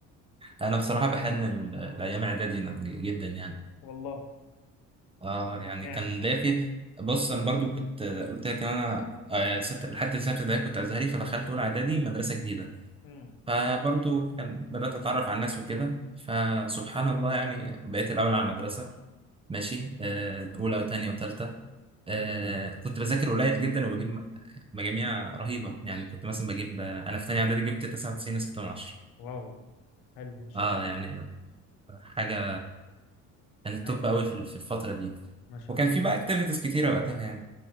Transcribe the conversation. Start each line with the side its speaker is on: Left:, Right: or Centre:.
Right: انا بصراحه بحن ال- الايام اعدادي نعم، جدا يعني
Left: والله
Right: اه
Left: طب
Right: يعني
Left: اشمعنى
Right: كان ليا فيه بص انا برضو كنت قلت لك ان انا آه، ست... لحد سته ابتدائي كنت ازهري فدخلت اولى اعدادي مدرسه جديده
Left: امم
Right: فبرضو كان بدات اتعرف على الناس وكده فسبحان الله يعني بقيت الاول على المدرسه ماشي آه، اولى وثانيه وثالثه آه،
Left: امم
Right: كنت بذاكر قليل جدا وبجيب م- مجاميع رهيبه يعني كنت مثلا بجيب آه، انا في ثانيه اعدادي جبت 99.6 من عشرة
Left: واو حلو ما شاء
Right: اه
Left: الله
Right: يعني حاجه كانت
Left: أي
Right: توب قوي في في الفتره دي
Left: ما شاء
Right: وكان
Left: الله
Right: في بقى اكتيفيتيز كتيره وقتها يعني